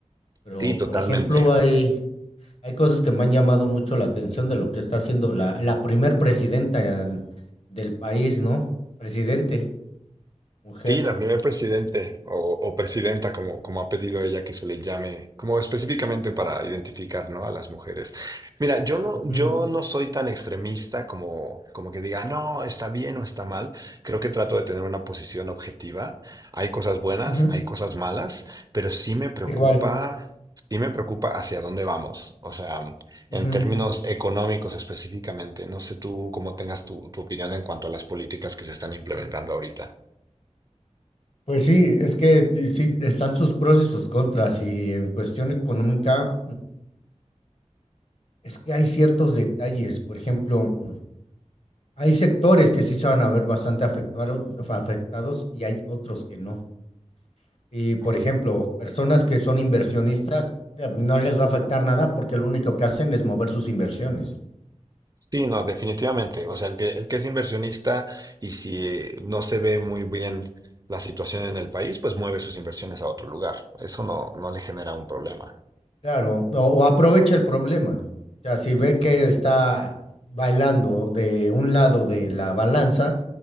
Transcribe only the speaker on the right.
Sí, totalmente.
Sí, la primer presidente o, o presidenta, como, como ha pedido ella que se le llame, como específicamente para identificar, ¿no? a las mujeres. Mira, yo no,
yo no soy tan extremista como, como que diga, no, está bien o está mal. Creo que trato de tener una posición objetiva. Hay cosas buenas,
hay cosas malas, pero sí me preocupa,
sí me preocupa hacia dónde vamos. O sea,
en términos económicos específicamente. No sé tú cómo tengas tu, tu opinión en cuanto a las políticas que se están implementando ahorita.
Ok.
Sí, no, definitivamente. O sea, el que, el que es inversionista y si eh, no se ve muy bien la situación en el país, pues mueve sus inversiones a otro lugar. Eso no, no le genera un problema.